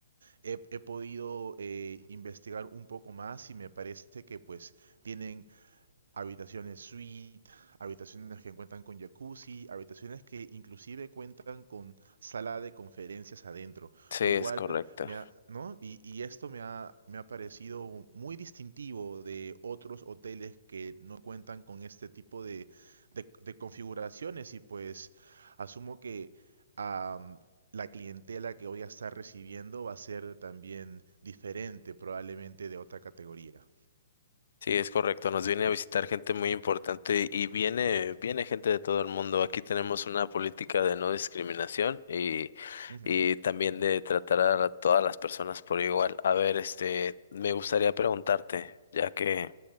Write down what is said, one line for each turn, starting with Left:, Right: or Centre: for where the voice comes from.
Right: He, he podido eh, investigar un poco más y me parece que pues tienen habitaciones suite, habitaciones que cuentan con jacuzzi, habitaciones que inclusive cuentan con sala de conferencias adentro,
Left: sí,
Right: lo cual
Left: es correcto.
Right: me ha, ¿no? Y, y esto me ha, me ha parecido muy distintivo de otros hoteles que no cuentan con este tipo de, de- de configuraciones y pues asumo que am, la clientela que voy a estar recibiendo va a ser también diferente probablemente de otra categoría.
Left: Sí, es correcto. Nos viene a visitar gente muy importante y viene, viene gente de todo el mundo. Aquí tenemos una política de no discriminación y,
Right: Ujú.
Left: y también de tratar a la- todas las personas por igual. A ver, este, me gustaría preguntarte, ya que,